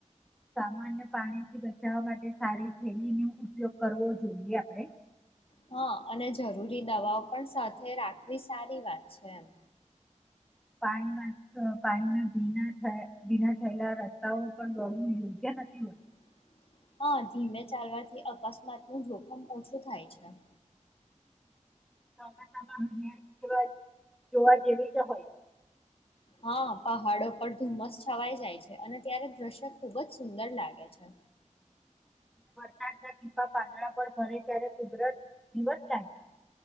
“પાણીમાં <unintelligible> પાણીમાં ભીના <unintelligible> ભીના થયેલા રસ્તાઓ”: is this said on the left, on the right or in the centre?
Centre